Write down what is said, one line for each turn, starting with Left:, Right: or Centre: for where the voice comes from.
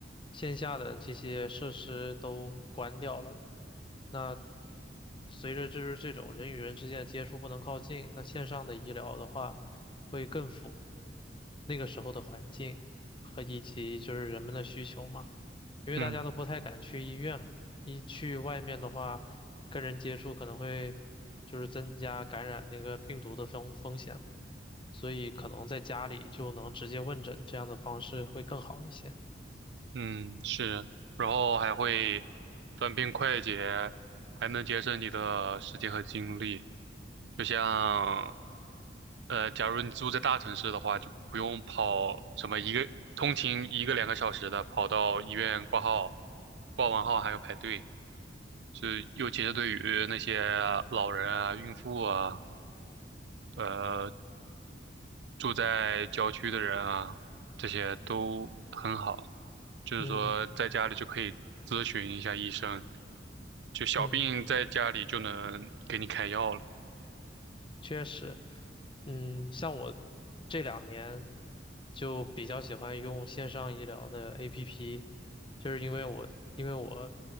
Left: 线下的这些设施都关掉了，那随着就是这种人与人之间的接触不能靠近，那线上的医疗的话，会跟那个时候的环境和以及就是人们的需求嘛。因为大家都不太敢去医院嘛，
Right: 嗯
Left: 一去外面的话，跟人接触可能会就是增加感染那个病毒的风风险，所以可能在家里就能直接问诊，这样的方式会更好一些。
Right: 嗯，是，然后还会方便快捷，还能节省你的时间和精力。就像呃，假如你住在大城市的话，就不用跑什么一个通勤一个两个小时的，跑到医院挂号，挂完号还要排队。是，尤其是对于那些老人啊、孕妇啊、呃住在郊区的人啊，这些都很好。就是说，
Left: 嗯
Right: 在家里就可以咨询一下医生，就小病在家里就能给你开药了。
Left: 嗯。确实，嗯，像我这两年就比较喜欢用线上医疗的 APP，就是因为我因为我